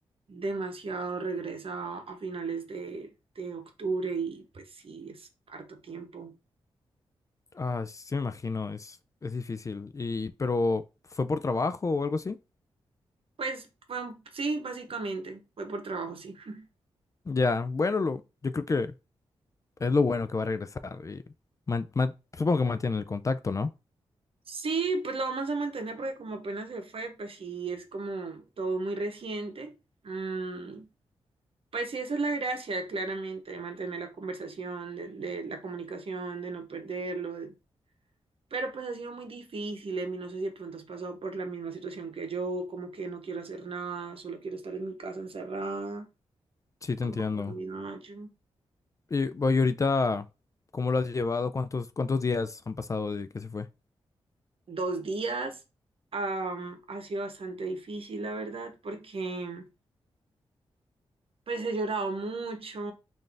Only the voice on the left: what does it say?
Ah, sí me imagino, es, es difícil. Y, pero, ¿fue por trabajo o algo así?
Ya, bueno, lo, yo creo que es lo bueno que va a regresar y man- man- supongo que mantiene el contacto, ¿no?
Sí, te
entiendo.
Y, oye, ahorita, ¿cómo lo has llevado? ¿Cuántos, cuántos días han pasado de que se fue?